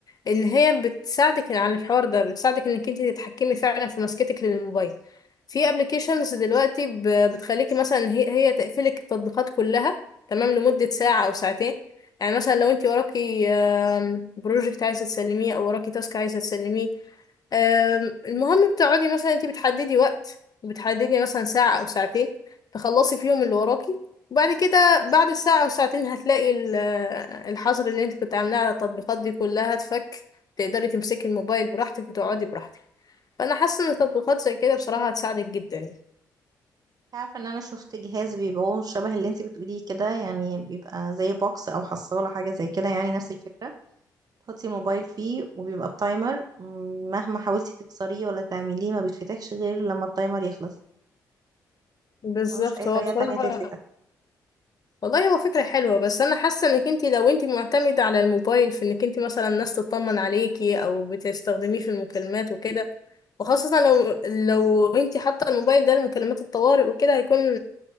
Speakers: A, on the left (about 45°); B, on the right (about 45°).
A: ان هي بتساعدك على الحوار ده بتساعدك انك انت تتحكمي فعلا في مسكتك للموبايل في ابلكيشنز دلوقتي ب- بتخليكي مثلا هي هي تقفلك التطبيقات كلها تمام لمدة ساعة او ساعتين يعني مثلا لو انت وراكي بروجكت عايزة تسلميه او وراكي تاسك عايزة تسلميه أم، المهم بتقعدي مثلا انت بتحددي وقت بتحددي مثلا ساعة أو ساعتين تخلصي فيهم اللي وراكي وبعد كده بعد الساعة أو ساعتين هتلاقي ال- الحظر اللي انت كنت عاملاه على التطبيقات دي كلها اتفك تقدري تمسكي الموبايل براحتك وتقعدي براحتك فأنا حاسة إن التطبيقات زي كده بصراحة هتساعدك جدا يعني
B: عارفة ان انا شفت جهاز بيبيعوه شبه اللي انتي بتقوليه كده يعني بيبقى زي بوكس او حصالة حاجة زي كده يعني نفس الفكرة تحطي الموبايل فيه وبيبقى بتايمر م- مهما حاولتي تكسريه ولا تعمليه ما بيتفتحش غير لما التايمر يخلص
A: بالظبط
B: ملوش اي طريقة
A: هو بصراحة
B: تانية تتفتح
A: والله هو فكرة حلوة بس أنا حاسة إنك أنت لو أنت معتمدة على الموبايل في إنك أنت مثلا الناس تطمن عليكي أو بتستخدميه في المكالمات وكده وخاصة لو لو أنت حاطة الموبايل ده لمكالمات الطوارئ وكده هيكون